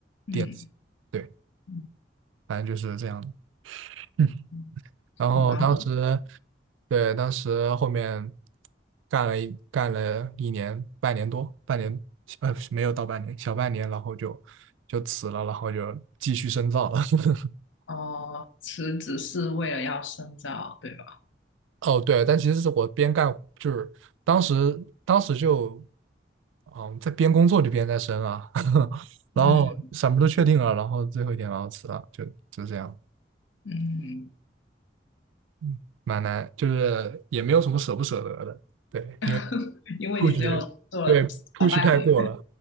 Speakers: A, on the left; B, on the right.
A: 嗯
B: 电子。对，
A: 嗯
B: 反正就是这样 <laughs>。嗯，
A: 嗯，
B: 然后当时，
A: 好难懂。
B: 对，当时后面干了一干了一年，半年多，半年，呃，没有到半年，小半年，然后就就辞了，然后就继续深造了。<laughs>
A: 哦，辞职是为了要深造，对吧？
B: 哦，对，但其实是我边干，就是当时当时就，嗯，在边工作就边在升啊，<laughs> 然后嗯什么都确定了，
A: 嗯
B: 然后最后一天然后辞了，就就这样，
A: 嗯，
B: 嗯，蛮难，就是也没有什么舍不舍得的，对，
A: <laughs>
B: 因为
A: 因为你只有做了小半年，
B: push，嗯对 push 太过了，